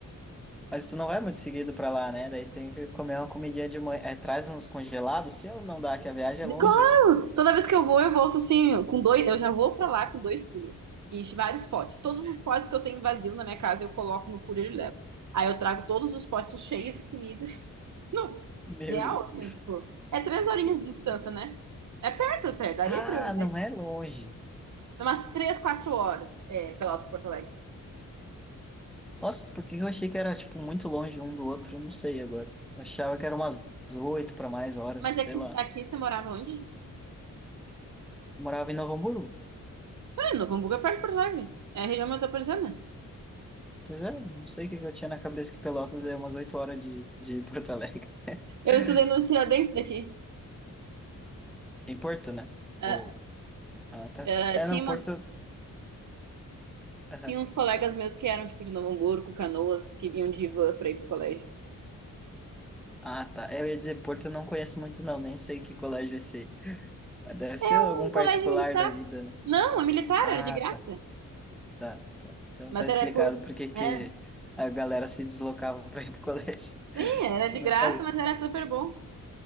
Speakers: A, in the centre; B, on the right.
A: Mas tu não vai muito seguido pra lá, né? Daí tem que comer uma comidinha de mãe. É, traz uns congelados, se ou não dá, que a viagem é longe,
B: Claro!
A: né?
B: Toda vez que eu vou, eu volto assim, com dois. Eu já vou pra lá com dois coolers. E vários potes. Todos os potes que eu tenho vazio na minha casa, eu coloco no cooler e levo. Aí eu trago todos os potes cheios de comida. <laughs> Não,
A: <laughs> Meu
B: real,
A: Deus.
B: assim, tipo. É três horinhas de distância, né? É perto até, daria
A: Ah,
B: pra ir, mas
A: não é longe.
B: Umas três, quatro horas, é, Pelotas, Porto Alegre.
A: Nossa, porque eu achei que era, tipo, muito longe um do outro? Não sei agora. Eu achava que era umas oito para mais horas,
B: Mas
A: sei
B: é que
A: lá.
B: aqui você morava onde?
A: Eu morava em Novo Hamburgo.
B: Ah, Novo Hamburgo é perto de Porto Alegre. É a região metropolitana.
A: Pois é, não sei o que que eu tinha na cabeça que Pelotas é umas oito horas de, de Porto Alegre.
B: Eu
A: <laughs>
B: estudei no Tiradentes daqui.
A: Em Porto, né?
B: Ah,
A: Ou... Ah, tá.
B: ah,
A: É,
B: tinha
A: não, Porto...
B: uma,
A: Aham.
B: Tinha uns colegas meus que eram, tipo, de Novo Hamburgo, Canoas, que vinham de van pra ir pro colégio.
A: Ah, tá. É, Eu ia dizer Porto eu não conheço muito, não. Nem sei que colégio é esse Mas deve ser
B: É um
A: algum
B: colégio
A: particular
B: militar.
A: da vida, né?
B: Não, é militar,
A: Ah,
B: era de graça.
A: tá. Tá, tá. Então
B: Mas
A: tá
B: era
A: explicado
B: por.
A: por que que
B: É.
A: a galera se deslocava <laughs> para ir pro colégio.
B: Sim, era
A: <laughs>
B: de
A: Não
B: graça,
A: faz...
B: mas era super bom.